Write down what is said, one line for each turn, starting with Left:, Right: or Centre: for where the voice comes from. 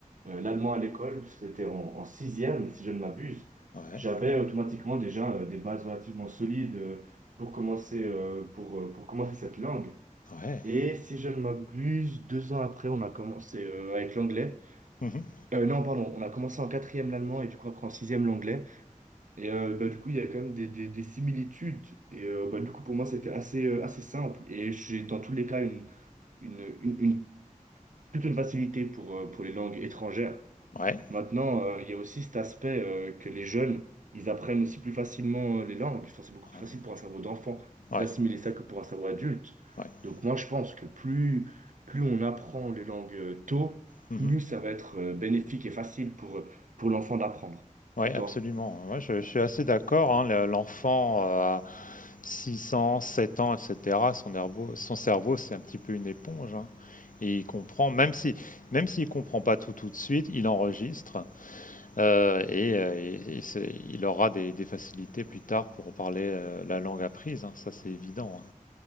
Right: euh, l'un de moi à l'école, c'était en, en sixième, si je ne m'abuse,
Left: Ouais,
Right: j'avais automatiquement déjà euh, des bases relativement solides euh, pour commencer, euh, pour, euh, pour commencer cette langue.
Left: ouais.
Right: Et si je ne m'abuse, deux ans après, on a commencé euh, avec l'anglais.
Left: Mhm.
Right: Euh, non, pardon, on a commencé en quatrième l'allemand et du coup après en sixième l'anglais. Et euh, bah, du coup, il y a quand même des, des, des similitudes. Et euh, bah, du coup, pour moi, c'était assez, euh, assez simple. Et j'ai dans tous les cas une, une, une, une- plutôt une facilité pour, euh, pour les langues étrangères.
Left: Ouais,
Right: Maintenant, euh, il y a aussi cet aspect euh, que les jeunes, ils apprennent aussi plus facilement euh, les langues. Enfin, c'est beaucoup
Left: ouais,
Right: plus facile pour un cerveau d'enfant
Left: ouais.
Right: d'assimiler ça que pour un cerveau adulte.
Left: ouais.
Right: Donc moi, je pense que plus, plus on apprend les langues euh, tôt,
Left: Mhm.
Right: plus ça va être euh, bénéfique et facile pour, euh, pour l'enfant d'apprendre.
Left: Oui,
Right: Et
Left: absolument.
Right: toi?
Left: Moi, je, je suis assez d'accord, hein, le- L'enfant euh, à 6 ans, 7 ans, etc., son cerveau, son cerveau, c'est un petit peu une éponge. hein. Et il comprend, même si, même s'il comprend pas tout tout de suite, il enregistre euh, et, euh, et- et c'est- il aura des, des facilités plus tard pour parler euh, la langue apprise. hein, ça, c'est évident. hein.